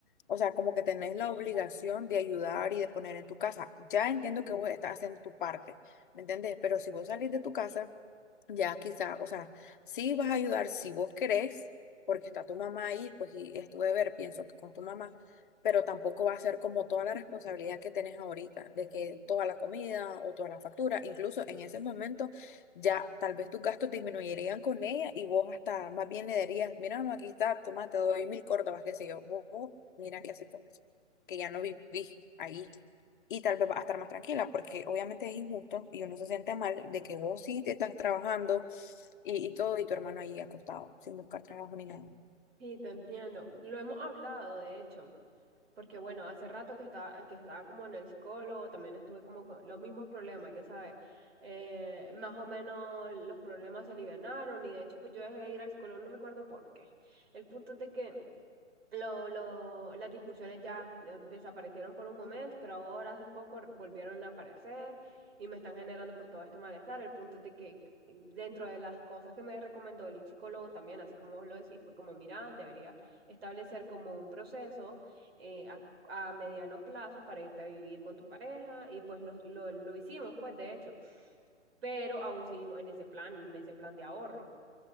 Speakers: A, on the left (about 40°); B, on the right (about 55°).
A: o sea, como que tenés la obligación de ayudar y de poner en tu casa. Ya entiendo que vos estás haciendo tu parte, ¿me entendés? Pero si vos salís de tu casa ya quizá, o sea, sí vas a ayudar si vos querés, porque está tu mamá ahí, pues y es tu deber, pienso que con tu mamá, pero tampoco va a ser como toda la responsabilidad que tenés ahorita, de que toda la comida o toda la factura, incluso en ese momento ya tal vez tus gastos disminuirían con ella y vos hasta más bien le dirías, mira, mamá, aquí está, toma, te doy mil córdobas, qué sé yo, vos, vos, mira qué haces con eso, que ya no vivís ahí y tal vez va a estar más tranquila, porque obviamente es injusto y uno se siente mal de que vos sí te estás trabajando y, y todo, y tu hermano ahí acostado, sin buscar trabajo ni nada.
B: Sí, te entiendo. Lo hemos hablado, de hecho, porque bueno, hace rato que estaba, que estaba como en el psicólogo, también estuve como con los mismos problemas, ya sabes. Eh, más o menos los problemas se alivianaron y de hecho pues yo dejé de ir al psicólogo, no recuerdo por qué. El punto es de que... Lo, lo, las discusiones ya, ya desaparecieron por un momento, pero ahora hace poco r- volvieron a aparecer y me están generando pues todo este malestar. El punto es de que c- dentro de las cosas que me recomendó el psicólogo también, así como vos lo decís, fue como, mira, deberías establecer como un proceso eh, a, a mediano plazo para irte a vivir con tu pareja y pues lo, lo, lo hicimos pues de hecho, pero aún seguimos en ese plan, en ese plan de ahorro.